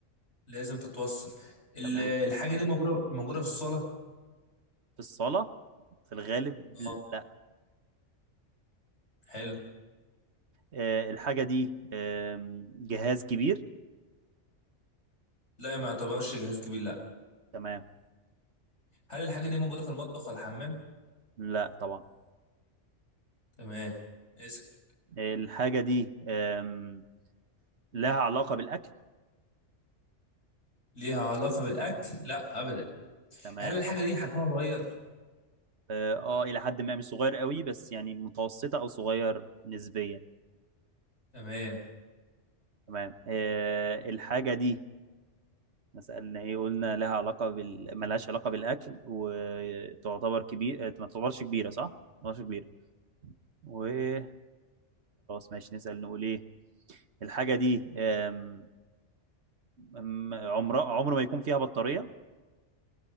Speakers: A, on the left (about 65°); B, on the right (about 60°).
A: لازم تتوصل ال-
B: تمام
A: الحاجه دي موجوده موجوده في الصاله؟
B: في الصالة في الغالب
A: اه
B: لا
A: حلو
B: آه، الحاجة دي آم، جهاز كبير
A: لا ما يعتبرش جهاز كبير لا
B: تمام
A: هل الحاجه دي موجوده في المطبخ ولا الحمام؟
B: لا طبعا
A: تمام اسأل
B: الحاجة دي آم، لها علاقة بالأكل
A: ليها علاقة بالأكل؟ لا أبدا
B: تمام
A: هل الحاجة دي حجمها صغير؟
B: اه آه، إلى حد ما مش صغير قوي بس يعني متوسطة أو صغير نسبيا
A: تمام
B: تمام آه، الحاجة دي ما سألنا ايه قلنا لها علاقة بال ملهاش علاقة بالأكل وتعتبر كبير ما تعتبرش كبيرة صح؟ ما تعتبرش كبيرة وخلاص ماشي نسأل نقول ايه الحاجة دي أم... أم... عمرها عمر ما يكون فيها بطارية